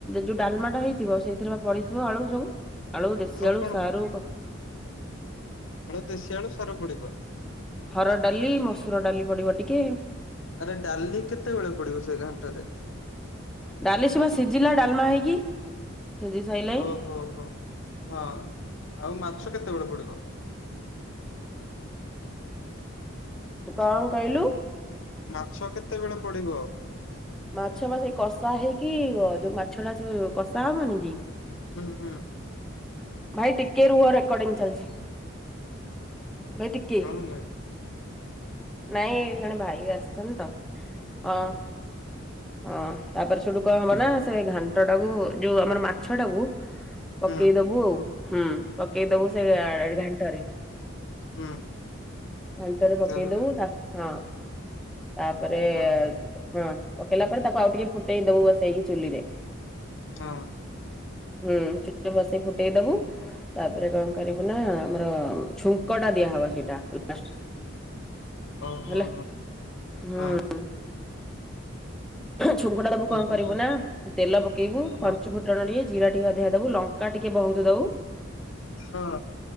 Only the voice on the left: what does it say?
ଆଉ
କଣ
ଆଳୁ ଦେଶୀ ଆଳୁ ସାରୁ ପଡ଼ିବ।
ଆରେ ଡ଼ାଲି କେତେବେଳେ ପଡ଼ିବ ସେ ଘାଣ୍ଟରେ?
ଓ ହୋ ହୋ ହଁ ଆଉ ମାଛ କେତେବେଳେ ପଡ଼ିବ?
ମାଛ କେତେବେଳେ ପଡ଼ିବ?
ହୁଁ ହୁଁ।
କଣ ହେଲା?
ହୁଁ,
ହୁଁ,
ହୁଁ
ତାପରେ
ହଁ,
ହଁ।
ହଁ
ଓହୋ!
ହୋ।
ହଁ
ଆଉ ତାପରେ
ହଁ,
ହଁ।